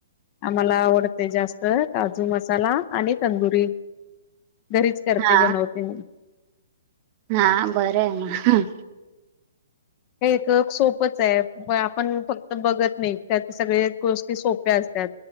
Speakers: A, on the left; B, on the right.
A: आम्हाला आवडते जास्त काजू मसाला आणि तंदुरी घरीच करते,
B: हा
A: बनवते. मी
B: हा बरं आहे म
A: एक सोपच आहे, म आपण फक्त बघत नाही,, त्या सगळे गोष्टी सोप्या असतात.